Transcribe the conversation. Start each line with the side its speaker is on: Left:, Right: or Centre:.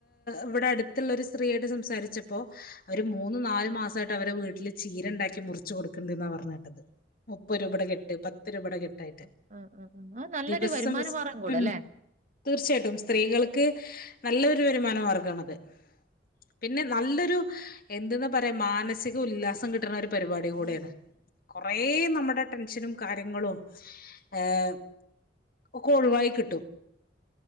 Left: ഇവിടെ അടുത്തുള്ള ഒരു സ്ത്രീയായിട്ട് സംസാരിച്ചപ്പോൾ അവര് മൂന്നു നാല് മാസമായിട്ട് അവരെ വീട്ടില് ചീര ഉണ്ടാക്കി മുറിച്ചു കൊടുക്ക്ണ്ട്ന്നാ പറഞ്ഞ് കേട്ടത് മുപ്പത് രൂപയുടെ കെട്ട് പത്ത് രൂപയുടെ കെട്ടായിട്ട്
Right: ആഹ് ആഹ് ആഹ് ആഹ് നല്ലൊരു
Left: ദിവസം
Right: വരുമാന മാർഗം കൂട
Left: ഉം
Right: ല്ലേ
Left: തീർച്ചയായിട്ടും സ്ത്രീകൾക്ക് നല്ലൊരു വരുമാന മാർഗമാണത് പിന്നെ നല്ലൊരു എന്തന്നാ പറയാ മാനസിക ഉല്ലാസം കിട്ടണ ഒരു പരിപാടി കൂടെയാണ് കൊറേ നമ്മുടെ ടെൻഷനും കാര്യങ്ങളും ഏഹ് ഒക്കെ ഒഴിവായി കിട്ടും